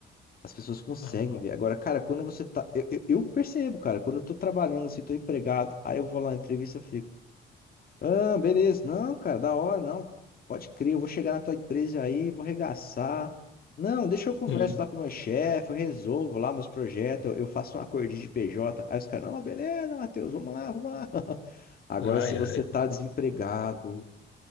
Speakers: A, on the left; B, on the left.
A: As pessoas conseguem
B: ah,
A: ver. Agora, cara, quando você tá. Eu, eu- eu percebo, cara, quando eu tô trabalhando, assim, tô empregado, aí eu vou lá na entrevista, eu fico. Ah, beleza. Não, cara, da hora, não. Pode crer, eu vou chegar na tua empresa aí, vou arregaçar. Não, deixa eu converso
B: hum,
A: lá com o meu chefe, eu resolvo lá meus projetos, eu, eu faço um acordinho de PJ. Aí os caras, não, beleza, Matheus, vamos lá, vamos lá. <laughs> Agora,
B: ai,
A: se você
B: ai.
A: tá desempregado,